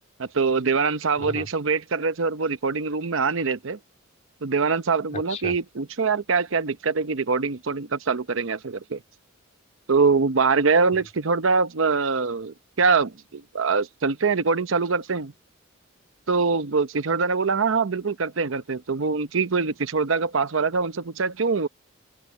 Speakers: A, on the right (about 65°); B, on the left (about 35°).
A: तो देवानंद साहब
B: हाँ
A: और
B: हाँ
A: ये सब वेट कर रहे थे और वो रिकॉर्डिंग रूम में आ नहीं रहे थे तो देवानंद साहब ने बोला
B: अच्छा
A: कि पूछो यार क्या क्या दिक्कत है कि रिकॉर्डिंग रिकॉर्डिंग कब चालू करेंगे ऐसा करके तो वो बाहर गए और बोले,
B: हम्म,
A: किशोर दा अ, क्या अ, चलते हैं रिकॉर्डिंग चालू करते हैं तो किशोर दा ने बोला हाँ हाँ बिल्कुल करते हैं करते हैं तो वो उनकी कोई किशोर दा का पास वाला था उनसे पूछा क्यों